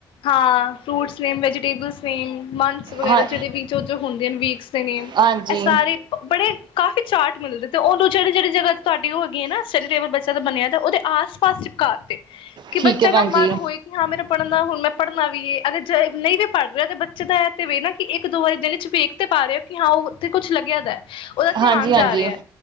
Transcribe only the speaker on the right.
ਹਾਂ
ਹਾਂਜੀ
ਠੀਕ
ਹੈ ਭੈਣ
ਜੀ
ਹਾਂਜੀ-ਹਾਂਜੀ